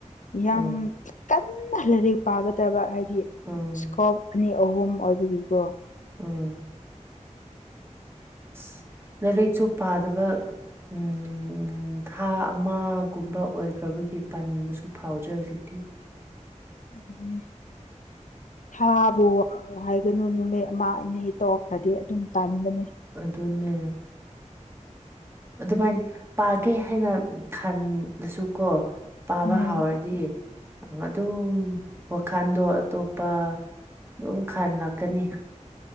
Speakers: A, on the left (about 80°); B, on the right (about 20°).
A: ꯌꯥꯝ
B: ꯎꯝ
A: ꯀꯟꯅ ꯂꯥꯏꯔꯤꯛ ꯄꯥꯒꯗꯕ ꯍꯥꯏꯗꯤ
B: ꯎꯝ
A: ꯏꯁꯀꯣꯞ ꯑꯅꯤ ꯑꯍꯨꯝ ꯑꯣꯏꯕꯒꯤꯀꯣ
B: ꯎꯝ ꯑꯁ ꯂꯥꯏꯔꯤꯛꯁꯨ ꯄꯥꯗꯕ ꯎꯝ ꯊꯥ ꯑꯃꯒꯨꯝꯕ ꯑꯣꯏꯈ꯭ꯔꯕꯒꯤ ꯄꯥꯅꯤꯡꯕꯁꯨ ꯐꯥꯎꯗ꯭ꯔꯦ ꯍꯧꯖꯤꯛꯇꯤ
A: ꯑꯗꯨꯅꯦ ꯊꯥꯕꯨ ꯍꯥꯏꯒꯅꯨ ꯅꯨꯃꯤꯠ ꯑꯃ ꯑꯅꯤ ꯇꯣꯛꯈ꯭ꯔꯗꯤ ꯑꯗꯨꯝ ꯇꯥꯟꯒꯅꯤ
B: ꯑꯗꯨꯅꯦ ꯑꯗꯨꯃꯥꯏꯅ ꯄꯥꯒꯦ ꯍꯥꯏꯅ ꯈꯜꯂꯁꯨ ꯀꯣ ꯄꯥꯕ
A: ꯎꯝ
B: ꯍꯥꯎꯔꯗꯤ ꯑꯗꯨꯝ ꯋꯥꯈꯜꯗꯣ ꯑꯇꯣꯞꯄ ꯑꯗꯨꯝ ꯈꯥꯂꯛꯀꯅꯤ